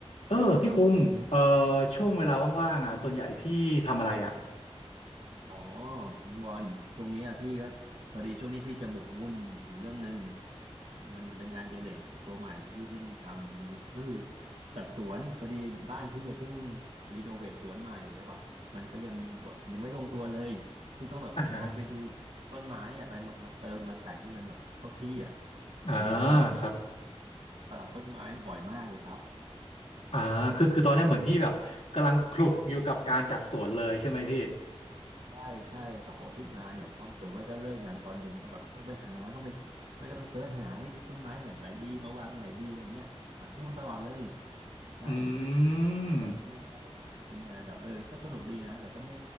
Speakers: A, on the left; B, on the right.
A: เออพี่คุงเอ่อช่วงเวลาว่างๆอ่ะส่วนใหญ่พี่ทำอะไรอ่ะ
B: อ๋อลุงบอลช่วงเนี้ยพี่ก็พอดีช่วงนี้พี่จะหมกมุ่นอยู่เรื่องหนึ่งมันจะเป็นงานเดเล็กตัวใหม่ที่พี่เพิ่งทำมันก็คือจัดสวนพอดีบ้านพี่อะเพิ่งรีโนเวทสวนใหม่แล้วแบบมันก็ยังแบบยังไม่ลงตัวเลยพี่ต้องแบบคอยไปดู
A: อ่าฮะ
B: ต้นไม้อะไรมามาเติมมาแต่งให้มันแบบเข้าที่อ่ะ
A: อ่า
B: ตอนเนี้ยต้องแบบ
A: ครับ
B: ตลาดต้นไม้บ่อยมากเลยครับ
A: อ่าคือคือตอนเนี้ยเหมือนพี่แบบกำลังคลุกอยู่กับการจัดสวนเลยใช่ไหมพี่
B: ใช่ใช่เสาร์อาทิตย์มาเนี่ยต้องหือไม่าก็เลิกงานตอนเย็นต้องแบบต้องไปหาต้องไปไม่ก็ต้องเสิร์ชหาเฮ้ยต้นไม้แบบไหนดีมาวางตรงไหนดีอย่างเงี้ยหาข้อมูลตลอดเลยใช่
A: อืม
B: แล้วก็เลยแบบยุ่งมากเลยเป็นงานแบบเออก็สนุกดีนะแต่ก็ไม่